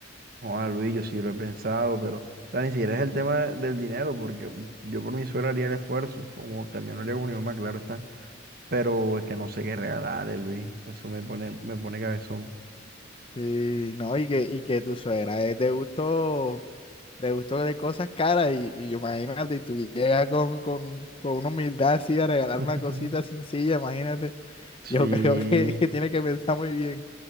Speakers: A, on the right; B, on the left.
A: Joder, Luis, yo sí lo he pensado, pero o sea, ni siquiera es el tema de- del dinero, porque yo por mi suerte haría el esfuerzo, como también lo haría con mi mamá, claro está, pero es que no sé qué regalarle, Luis. Eso me pone, me pone cabezón.
B: Sí, no, y que, y que tu suegra es de gusto, de gusto de cosas caras. Y, y imagínate, y tú llegas con, con, con una humildad así a regalar
A: <laughs>
B: una cosita sencilla, imagínate.
A: Sí.
B: Yo <laughs> creo que, que tiene que pensar muy bien.